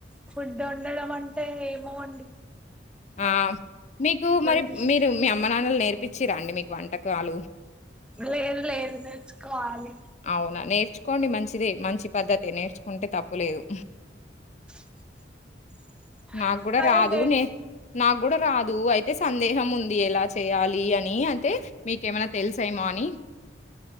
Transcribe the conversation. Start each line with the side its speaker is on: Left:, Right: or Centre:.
Centre: ఫుడ్ వండడం అంటే ఏమో అడి
Left: ఆ మీకు మరి
Centre: చూసి
Left: మీరు మీ అమ్మ నాన్నలు నేర్పించిరా అండి మీకు వంటకాలు
Centre: లేదు లేదు నేర్చుకోవాలి
Left: అవునా నేర్చుకోండి మంచిదే మంచి పద్ధతే నేర్చుకుంటే తప్పులేదు
Centre: <unintelligible>
Left: నాకు కూడా
Centre: అదే
Left: రాదు
Centre: నేర్
Left: నే నాకు కూడా రాదు అయితే సందేహం ఉంది ఎలా చేయాలి అని అయితే మీకేమైనా తెలుసుమో అని